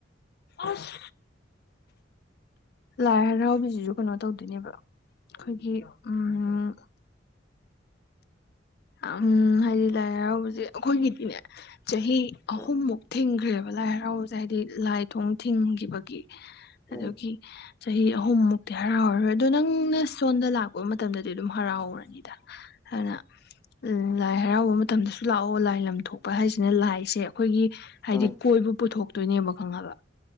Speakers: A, on the left (about 60°); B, on the left (about 15°).
A: ꯑꯁ ꯂꯥꯏ ꯍꯔꯥꯎꯕꯁꯤꯁꯨ ꯀꯩꯅꯣ ꯇꯧꯗꯣꯏꯅꯦꯕ ꯑꯩꯈꯣꯏꯒꯤ ꯎꯝ ꯎꯝ ꯍꯥꯏꯗꯤ ꯂꯥꯏ ꯍꯔꯥꯎꯕꯖꯦ ꯑꯈꯣꯏꯒꯤꯗꯤꯅꯦ ꯆꯍꯤ ꯑꯍꯨꯝꯃꯨꯛ
B: ꯎꯝ
A: ꯊꯤꯡꯈ꯭ꯔꯦꯕ ꯂꯥꯏ ꯍꯔꯥꯎꯕꯁꯦ ꯍꯥꯏꯗꯤ ꯂꯥꯏ ꯊꯣꯡ ꯊꯤꯡꯈꯤꯕꯒꯤ ꯑꯗꯨꯒꯤ
B: ꯎꯝ
A: ꯆꯍꯤ ꯑꯍꯨꯝꯃꯨꯛꯇꯤ ꯍꯔꯥꯎꯔꯔꯣꯏ ꯑꯗꯣ ꯅꯪꯅ ꯁꯣꯟꯗ ꯂꯥꯛꯄ ꯃꯇꯝꯗꯗꯤ ꯑꯗꯨꯝ ꯍꯔꯥꯎꯔꯅꯤ ꯏꯗꯥ ꯍꯥꯏꯅ ꯎꯝ ꯂꯥꯏ ꯍꯔꯥꯎꯕ ꯃꯇꯝꯗꯁꯨ ꯂꯥꯛꯑꯣ ꯂꯥꯏ ꯂꯝꯊꯣꯛꯄ ꯍꯥꯏꯁꯤꯅ ꯂꯥꯏꯁꯦ ꯑꯩꯈꯣꯏꯒꯤ ꯍꯥꯏꯗꯤ
B: ꯎꯝ
A: ꯀꯣꯏꯕ ꯄꯨꯊꯣꯛꯇꯣꯏꯅꯦꯕ ꯈꯪꯉꯕ